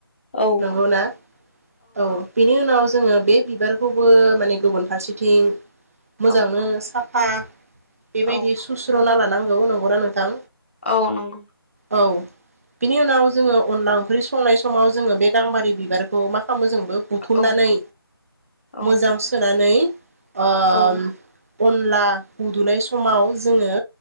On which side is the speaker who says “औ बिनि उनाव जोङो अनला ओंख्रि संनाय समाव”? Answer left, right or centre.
Right